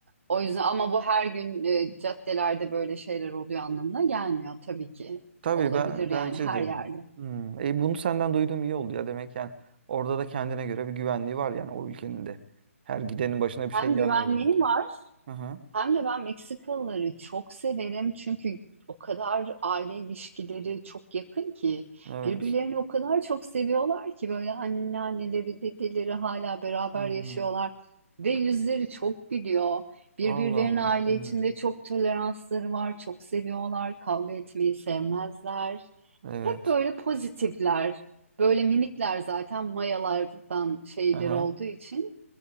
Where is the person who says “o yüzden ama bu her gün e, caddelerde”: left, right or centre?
Right